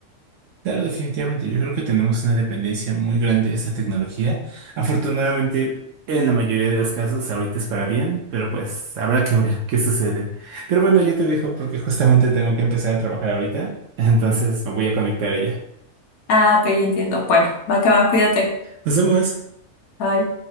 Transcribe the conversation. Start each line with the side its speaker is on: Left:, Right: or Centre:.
Right: Claro, definitivamente. Yo creo que tenemos una dependencia muy grande de esta tecnología. Afortunadamente, en la mayoría de los casos, ahorita es para bien, pero pues habrá que ver qué sucede. Pero bueno, yo te dejo porque justamente tengo que empezar a trabajar ahorita, entonces me voy a conectar a ella.
Left: ah, ok, entiendo. Bueno, va que va, cuídate.
Right: Nos vemos.
Left: Bye.